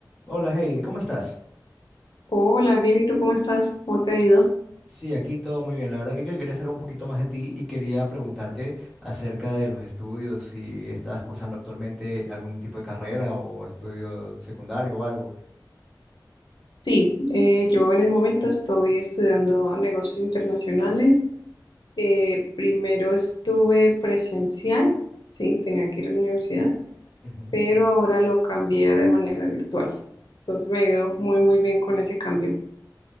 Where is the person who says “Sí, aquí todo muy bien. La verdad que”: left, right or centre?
Centre